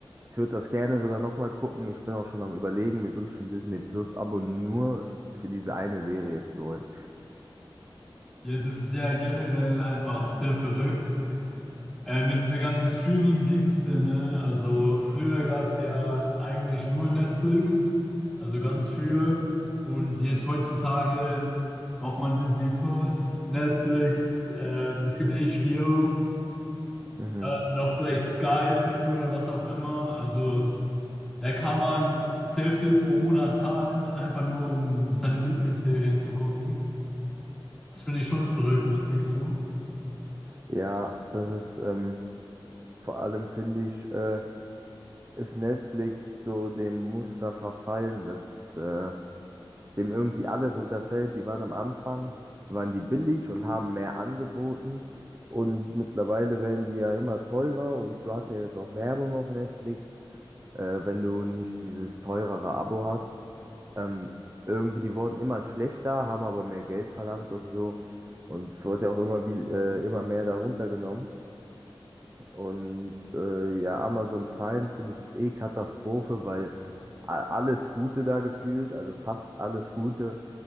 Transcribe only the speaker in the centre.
Ja, das ist ja generell einfach sehr verrückt. Äh, mit diesen ganzen Streaming-Dienste, ne? Also früher gab es ja eigentlich nur Netflix, also ganz früher. Und jetzt heutzutage braucht man Disney Plus, Netflix, ähm, es gibt HBO,
dann noch vielleicht Sky-Filme oder was auch immer. Also Da kann man sehr viel pro Monat zahlen, einfach nur um seine Lieblingsserien zu gucken. Das finde ich schon verrückt, was denkst du?